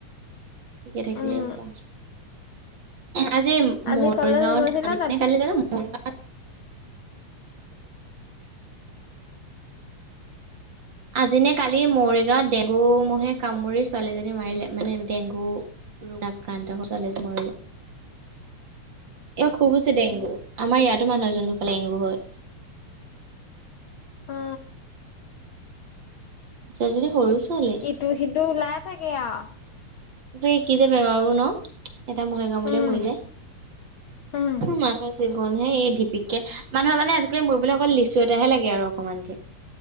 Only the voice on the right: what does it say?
ঠিক থাকিল
হ'ল আৰু আজি
মৰিগাঁৱত
আজিনে কালি জানো মৰিগাঁৱত। আজিনে কালি মৰিগাঁৱত ডেংগু মহে কামুৰি ছোৱালীজনী মাৰিলে মানে ডেংগু। ৰোগ আক্ৰান্ত হৈ চলে মৰিলে। এ খুব হৈছে ডেংগু আমাৰ ইাতো মুহজনোন ধোকালে ডেংগু হয়।
ছোৱালী জনী সৰু ছোৱালী।
তে কি যে বেমাৰো ন এটা মহে গৱলে
মৰি যায়।
মানুহৰ জীৱন হে এই ডিপিককে মানুহৰ মানে আজিকালি মৰিব অকল লিচু এটাহে লাগে আৰু অকণমানকে।